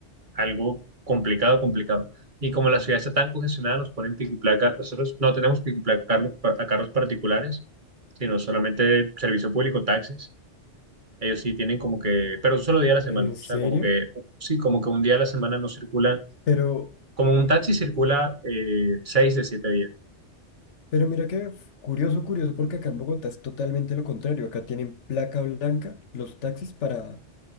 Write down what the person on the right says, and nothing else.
algo complicado, complicado. Y como la ciudad está tan congestionada, nos ponen pico y placa. Nosotros no tenemos pico y placa a carros, a carros particulares, sino solamente servicio público, taxis. Ellos sí tienen como que, pero un solo día a la semana.
O sea, como que, sí, como que un día a la semana no circulan.
Como un taxi circula eh, seis de siete